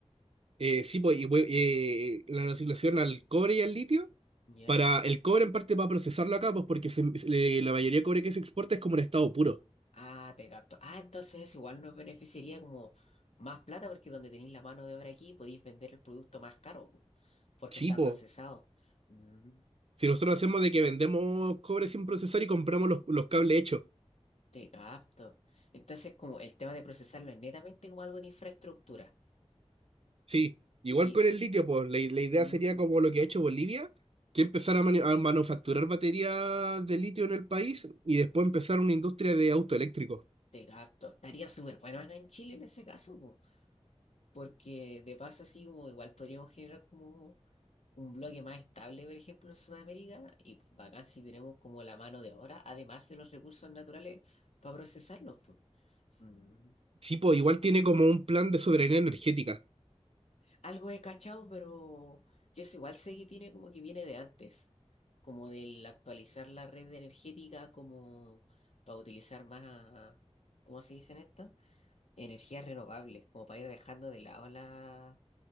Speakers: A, on the right (about 55°); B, on the left (about 65°).
A: Eh, sí, pues, y, we- eh, la asignación al cobre y al litio,
B: ¿Ya?
A: para el cobre en parte para procesarlo acá, pues, porque se- se- le- la mayoría de cobre que se exporta es como en estado puro.
B: Ah, te capto. Ah, entonces eso igual nos beneficiaría como más plata porque donde tenéis la mano de obra aquí podéis vender el producto más caro, po, porque
A: Sí,
B: está
A: pues,
B: procesado. Mm,
A: si nosotros hacemos de que vendemos cobre sin procesar y compramos los, los cables hechos.
B: te capto. Entonces como el tema de procesarlo es netamente como algo de infraestructura.
A: Sí, igual
B: Y...
A: con el litio, pues la, la idea
B: Mm,
A: sería como lo que ha hecho Bolivia, que empezar a, manu a manufacturar baterías de litio en el país y después empezar una industria de autoeléctricos.
B: Te gasto. Estaría súper bueno acá en Chile en ese caso, po, porque de paso así como igual podríamos generar como un bloque más estable, por ejemplo, en Sudamérica, y pues, bacán si tenemos como la mano de obra, además de los recursos naturales para procesarlos. pues. Mm.
A: Sí, pues igual tiene como un plan de soberanía energética.
B: Algo he cachado, pero yo sé, igual sé que tiene como que viene de antes, como del actualizar la red energética como para utilizar más, ¿cómo se dicen estas? Energías renovables, como para ir dejando de lado la